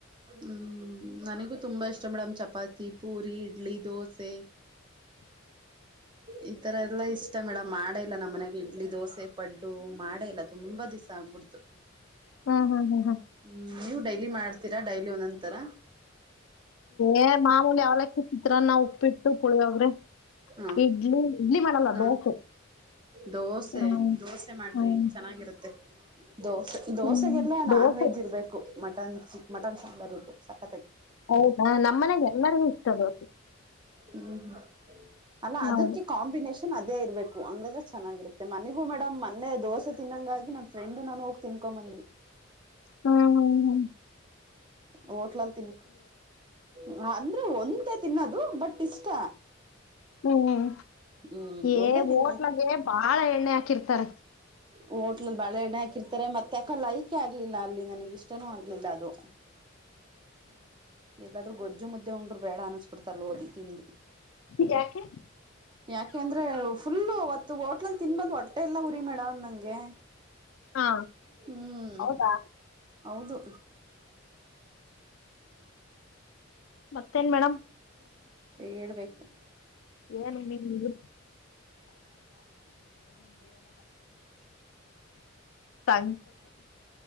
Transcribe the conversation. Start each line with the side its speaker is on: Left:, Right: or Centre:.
Right: ಹ್ಮ್ ನನಗೂ ತುಂಬಾ ಇಷ್ಟ ಮೇಡಮ್ ಚಪಾತಿ ಪೂರಿ ಇಡ್ಲಿ ದೋಸೆ
Left: <unintelligible>
Right: ಈ ತರ ಎಲ್ಲಾ ಇಷ್ಟ ಮೇಡಮ್ ಮಾಡೇ ಇಲ್ಲ ನಮ್ಮ್ ಮನೆಗೆ ಇಡ್ಲಿ ದೋಸೆ ಪಡ್ಡು ಮಾಡೇ ಇಲ್ಲ ತುಂಬಾ ದಿವಸ ಆಗ್ಬಿಡ್ತು
Left: ಹ್ಮ್ ಹ್ಮ್ ಹ್ಮ್
Right: ಹ್ಮ್ ನೀವು ಡೈಲಿ ಮಾಡ್ತೀರಾ ಡೈಲಿ ಒಂದೊಂತರ
Left: ಏ ಮಾಮೂಲಿ ಅವಲಕ್ಕಿ ಚಿತ್ರಾನ್ನ ಉಪ್ಪಿಟ್ಟು ಕುಳಿಯೋಗ್ರೆ
Right: ಹಾ
Left: ಇಡ್ಲಿ ಇಡ್ಲಿ ಮಾಡಲ್ಲ
Right: ಹಾ
Left: ದೋಸೆ
Right: ದೋಸೆ
Left: ಹ್ಮ್
Right: ದೋಸೆ ಮಾಡ್ರಿ
Left: ಹ್ಮ್
Right: ಚೆನ್ನಾಗಿರುತ್ತೆ ದೋಸೆ ದೋಸೆಗೆಲ್ಲ
Left: ಹ್ಮ್
Right: ನಾನ್
Left: ದೋಸೆ
Right: ವೆಜ್ ಇರ್ಬೇಕು ಮಟನ್ ಚಿ ಮಟನ್ ಸಾಂಬಾರ್ ಇರ್ಬೇಕು ಸರ್
Left: ಹೌದಾ ನಮ್ಮ ಮನೆಗೆ ಎಲ್ಲರಿಗೂ ಇಷ್ಟ ಬೋ
Right: ಹ್ಮ್ ಹ್ಮ್ ಅಲ್ಲ
Left: ಹೌದ್.
Right: ಅದಕ್ಕೆ ಕಾಂಬಿನೇಷನ್ ಅದೇ ಇರ್ಬೇಕುಂಗಂದ್ರೆ ಚೆನ್ನಾಗಿರುತ್ತೆ ಮನಗೂ ಮೇಡಮ್ ಮೊನ್ನೆ ದೋಸೆ ತಿನ್ನಂಗಾಗಿ ನನ್ ಫ್ರೆಂಡ್ ನಾನು ಹೋಗಿ ತಿ ಮ
Left: ಹ್ಮ
Right: ಹೋಟ್ಲಲ್ ತಿನ್ ಅ್ರ ಒಂದ ಮತ್ತೆ ತಿನ್ನದು ಬಟ್ ಇಷ್ಟ
Left: ಹ್ಮ್
Right: ಹ್ಮ್
Left: ಏ
Right: ಒಂದೇ
Left: ಹೋಟ್ಲಗೆ
Right: ತಿನ್ನ
Left: ಬಾಳ ಎಣ್ಣೆ ಹಾಕಿರ್ತಾರ
Right: ಹೋಟ್ಲಲ್ ಬಾಳ ಎಣ್ಣ ಹಾಕಿರ್ತಾರೆ ಮತ್ತೆ ಯಾಕಲ್ಲ ಯಕೆ ಆಗ್ಲಿಲ್ಲ ಅಲ್ಲಿ ನನಗ ಇಷ್ಟನೂ ಆಗ್ಲಿಲ್ಲ ಅದು
Left: <unintelligible>
Right: ಎಲ್ಲಾದ್ರೂ ಗೊಜ್ಜು ಮುದ್ದೆ ಉಂಡ್ರು ಬೇಡ ಅನ್ಸ್ಬಿಡ್ತಲ್ ಓದಿ ತಿಂದಿ
Left: ಜಕ್ಕೇ
Right: ಯಾಕೆಂದ್ರೆ ಫುಲ್ಲು ಅವತ್ತು ಹೋಟ್ಲಲ್ ತಿನ್ ಬಂದು ಹೊಟ್ಟೆ ಎಲ್ಲ ಉರಿ ಮೇಡಮ್ ನಂಗೆ
Left: ಹಾ
Right: ಹ್ಮ್
Left: ಹೌದಾ
Right: ಹೌದು
Left: ಮತ್ತೇನ್ ಮೇಡಮ್
Right: ಹೇಳ್ಬೇಕು
Left: ಏನು ಹ್ಮ ಚಾ